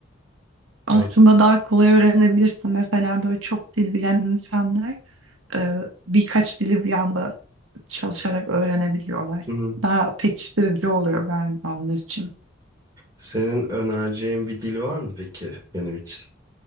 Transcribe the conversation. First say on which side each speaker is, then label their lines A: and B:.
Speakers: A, on the right; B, on the right.
A: aslında
B: Tamam.
A: daha kolay öğrenebilirsin. Mesela böyle çok dil bilen insanlar e, birkaç dili bir anda çalışarak öğrenebiliyorlar.
B: Hı hı.
A: Daha pekiştirici oluyor galiba onlar için.
B: Senin önereceğin bir dil var mı peki benim için?